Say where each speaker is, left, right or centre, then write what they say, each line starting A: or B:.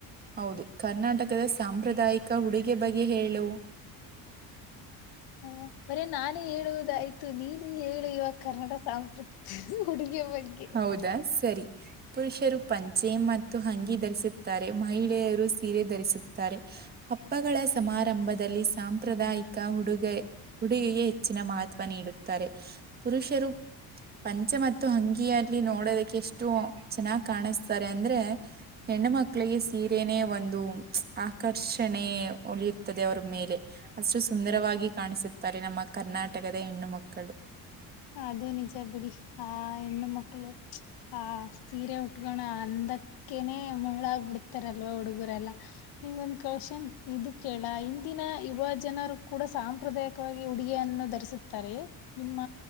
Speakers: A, on the right; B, on the left.
A: ಹೌದು ಕರ್ನಾಟಕದ ಸಾಂಪ್ರದಾಯಿಕ ಹುಡುಗೆ ಬಗ್ಗೆ ಹೇಳು
B: ಹ್ಮ್ ಬರೇ ನಾನೇ ಹೇಳುವುದಾಯ್ತು ನೀನು ಹೇಳ ಇುವ ಕರ್ನ್ನಡ ಸಾಂಸ್ಕೃತಿಕ ಉುಡುಗೆ ಬಗ್ಗೆ
A: ಹೌದಾ ಸರಿ ಪುರುಷರು ಪಂಚೆ ಮತ್ತು ಹಂಗಿ ಧರಿಸುತ್ತಾರೆ ಮಹಿಳೆಯರು ಸೀರೆ ಧರಿಸುತ್ತಾರೆ ಹಬ್ಬಗಳ ಸಮಾರಂಭದಲ್ಲಿ ಸಾಂಪ್ರದಾಯಿಕ ಹುಡುಗ ಗುಡುಿಗೆಗೆ ಹೆಚ್ಚಿನ ಮಹತ್ವ ನೀಡುತ್ತಾರೆ ಪುರುಷರು ಪಂಚ ಮತ್ತು ಹಂಗಿಯಲ್ಲಿ ನೋಡೋದಕ್ಕೆ ಎಷ್ಟ ಎಷ್ಟು ಚೆನ್ನಾಗಿ್ ಕಾಣಿಸ್ತಾರೆ ಅಂದ್ರೆ ಹೆಣ್ಣ ಮಕ್ಳಿಗೆ ಸೀರೆನೆೇ ಒಂದು ಆಕರ್ಷಣೆ ಒಲಿಯದೆ ಅವರ ಮೇಲೆ ಅಷ್ಟು ಸುಂದರವಾಗಿ ಕಾಣಿಸ ಸರಿ ನಮ್ಮ ಕರ್ನಾಟಕದ ಹೆಣ್ಣು ಮಕ್ಕಳು
B: ಅದು ನಿಜ ಬಿುಡಿ ಆ ಹೆಣ್ಣು ಮಕ್ಕಳು ಹಾ ಸೀರೆ ಉಟ್ಕೋಣ ಅಂದ ಕ್ಕನೆ ಮಳ್ಳಾಗ ಬಿಿಡ್ತಾರಲ್ವ ಹುಡುಗರೆಲ್ಲಾ ನಿಮೊಂದ್ ಕಳ್ಷನ್ ಇದು ಕೇಳ ಇಿಂದಿನ ಯುವ ಜನರು ಕೂಡ ಸಾಂಪ್ರದಾಯಿಕವಾಗಿ ಉಡುಗಿಯಯನ್ನು ಧರಿಸುತ್ತಾರೆ ನಿಮ್ಮ